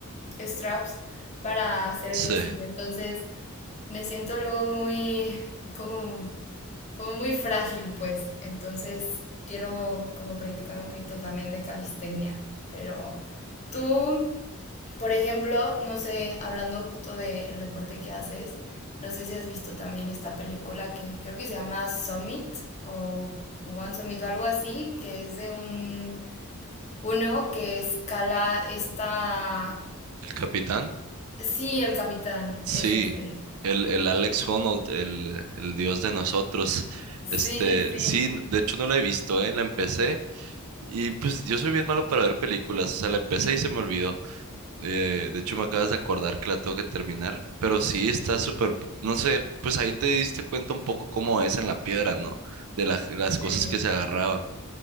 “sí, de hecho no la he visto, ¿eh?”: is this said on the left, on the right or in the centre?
Right